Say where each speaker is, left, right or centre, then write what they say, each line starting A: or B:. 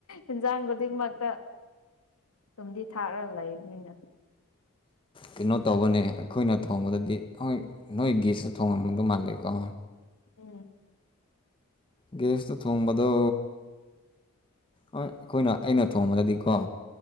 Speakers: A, on the left; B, on the left.
A: ꯏꯟꯖꯥꯡ ꯈꯨꯗꯤꯡꯃꯛꯇ ꯊꯨꯝꯗꯤ ꯊꯥꯛꯔ ꯂꯩꯕꯅꯤꯅ
B: ꯀꯩꯅꯣ ꯇꯧꯕꯅꯦ ꯑꯩꯈꯣꯏꯅ ꯊꯣꯡꯕꯗꯗꯤ ꯍꯣꯏ ꯅꯣꯏ ꯒꯤꯁꯁꯨ ꯊꯣꯡꯉꯝꯒꯗ ꯃꯥꯜꯂꯦꯀꯣ
A: ꯎꯝ
B: ꯒꯦꯁꯇ ꯊꯣꯡꯕꯗꯣ ꯍꯣꯏ ꯑꯩꯈꯣꯏꯅ ꯑꯩꯅ ꯊꯣꯡꯕꯗꯗꯤꯀꯣ